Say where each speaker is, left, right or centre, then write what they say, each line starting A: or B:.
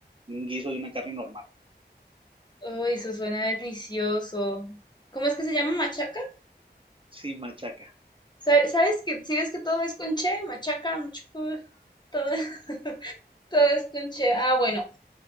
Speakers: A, on the right; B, on the left.
A: un guiso de una carne normal,
B: Uy, eso suena delicioso. ¿Cómo es que se llama machaca?
A: sin machaca.
B: Sa- ¿Sabes que si ves que todo es con che, machaca, machuco, todo, <laughs> todo es con che. Ah, bueno,